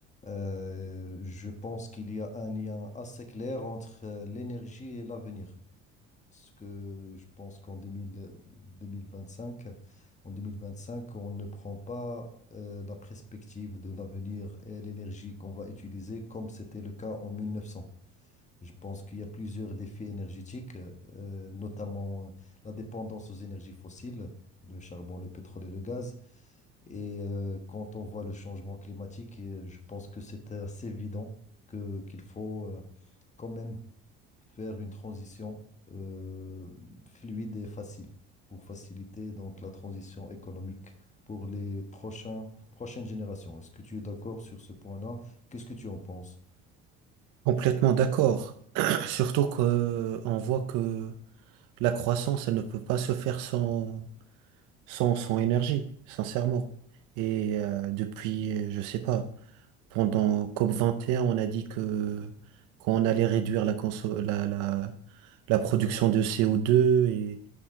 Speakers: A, on the left; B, on the right.
A: Euh, je pense qu'il y a un lien assez clair entre euh, l'énergie et l'avenir. Parce que je pense qu'en deux deux mille deux mille vingt-cinq, en 2025, on ne prend pas euh, la perspective de l'avenir et l'énergie qu'on va utiliser comme c'était le cas en 1900. Je pense qu'il y a plusieurs défis énergétiques, euh, notamment euh, la dépendance aux énergies fossiles, le charbon, le pétrole et le gaz et euh, quand on voit le changement climatique, et je pense que c'est assez évident que qu'il faut euh, quand même faire une transition euh, fluide et facile pour faciliter donc la transition économique pour les prochains, prochaines générations. Est-ce que tu es d'accord sur ce point-là? Qu'est-ce que tu en penses?
B: Complètement d'accord. <clears throat> Surtout que euh, on voit que la croissance, elle ne peut pas se faire sans, sans, sans énergie, sincèrement. Et euh, depuis, euh, je sais pas, pendant COP21, on a dit que qu'on allait réduire la, conso- la, la, la production de CO2 et,